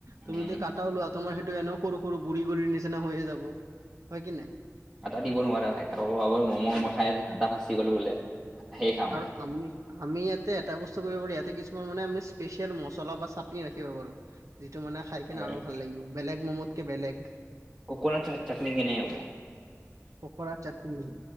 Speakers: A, on the right; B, on the right.
A: উম
B: তুমিদি ক। কটাওলোৱা তমাৰ সেইটো এনে সৰু সৰু গুৰি গুৰি নিচিনা হৈয়ে যাব হয় কি নাই।
A: আটা দিব নোৱাৰে ভ মম মম
B: উম
A: খাই আছে আটা ফচি গ'লো বোলে। সেই খাওঁৱে
B: আৰু আমি। আমি ইয়াতে এটা বস্তু কৰিব পাৰো ইয়াতে কিছুমান মানে আমি স্পেচিয়েল মছলা বা চাটনি ৰাখিব পাৰো। যিটো মানে খাই কিনে
A: হয়
B: আৰু ভাল লাগিব বেলেগ ম'মতকে বেলেগ।
A: ককনা চাটনি কিনেব।
B: পকৰা চাটনি,